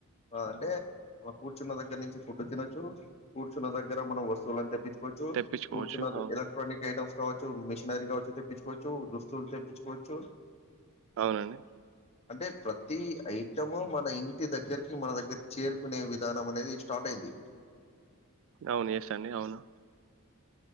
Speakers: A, on the left; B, on the right.
A: ఆ అంటే ఆ కూర్చున్న దగ్గర నుంచి ఫుడ్ తినొచ్చు కూర్చున్న దగ్గర మనం వస్తువులన్ని తెప్పించ్ కొచ్చు
B: తెప్పించుకోవచ్చు
A: కూర్చున్నది
B: అవును
A: ఎలక్ట్రానిక్ ఐటమ్స్ కావచ్చు మిషి మ్యాగీ కావచ్చు తెప్పించుకోవచ్చు దుస్తువులు తెప్పించుకోవచ్చు.
B: అవునండి.
A: అంటే ప్రతి ఐటము మన ఇంటి దగ్గర్కే కి మన దగ్గర చేరుకునే విధానం అనేది స్టాప్ అయింది.
B: అవును ఎస్ అండి అవును.